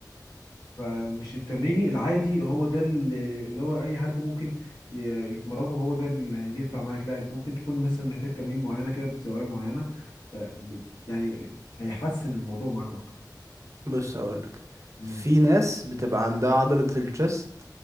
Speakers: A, on the left (about 80°); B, on the right (about 45°).
A: فمش التمرين العادي هو ده اللي اللي هو اي حد ممكن ي- يتمرنه هو ده اللي هينفع معاك لا انت ممكن تكون مثلا محتاج تمرين معينه كده بزوايا معينه آه، م- يعني هيحسن الموضوع معاك اكتر
B: بص هقولك
A: مم.
B: في ناس بتبقى عندها عضلة الشست